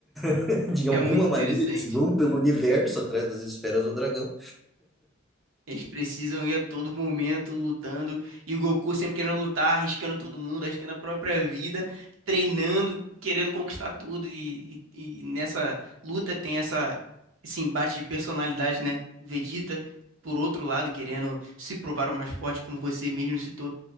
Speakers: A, in the centre; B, on the right.
A: <laughs> De
B: É
A: alguma
B: muito interessante.
A: maneira, eles vão pelo universo atrás das esferas do dragão.
B: Eles precisam ir a todo momento lutando. E o Goku sempre querendo lutar, arriscando todo mundo, arriscando a própria vida, treinando, querendo conquistar tudo. E, e- e nessa luta tem essa, esse embate de personalidade, né? Vegeta, por outro lado, querendo se provar o mais forte, como você mesmo citou.